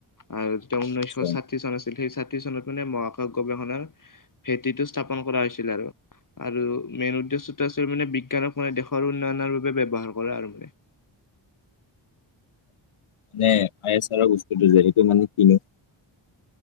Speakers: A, on the left; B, on the left.
A: আৰু যেতিয়া ঊনৈছশ
B: আচ্ছা
A: চাঠি চন আছিল, সেই চাঠি চনত মানে মহাকাশ গৱেষণাৰ ভেটিটো স্থাপন কৰা হৈছিল আৰু। আৰু মেইন উদ্দেশ্যটো আছিল মানে বিজ্ঞানক মানে দেশৰ উন্নয়নৰ বাবে ব্যৱহাৰ কৰে আৰু মানে।
B: এনে আই এছ আৰৰ বস্তুটো যেহেতু মানে কিনো